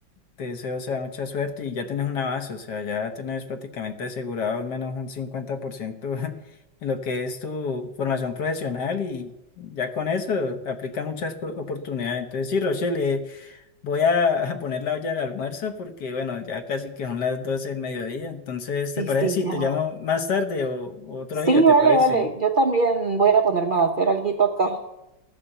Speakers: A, on the left; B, on the right.
A: te deseo, o sea, mucha suerte y ya tienes una base, o sea, ya tienes prácticamente asegurado al menos un 50% <laughs> en lo que es tu formación profesional y ya con eso aplica muchas pro- oportunidades. Entonces, sí, Rochelle, Voy a, <laughs> a poner la olla del almuerzo porque, bueno, ya casi que son las 12 del mediodía. Entonces,
B: Sí,
A: ¿te parece
B: sí,
A: si
B: ya.
A: te llamo más tarde o o otro
B: Sí,
A: día? ¿Te
B: vale,
A: parece?
B: vale. Yo también voy a ponerme a hacer alguito acá.